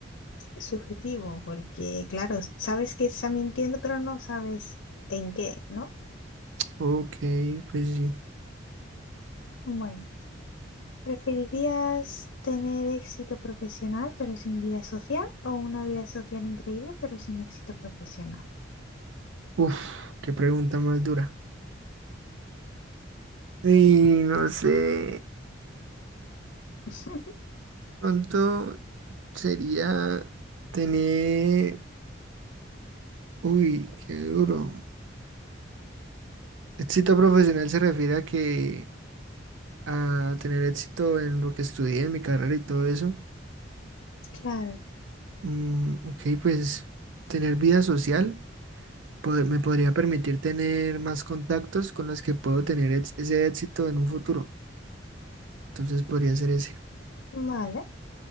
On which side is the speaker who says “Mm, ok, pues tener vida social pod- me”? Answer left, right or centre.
Right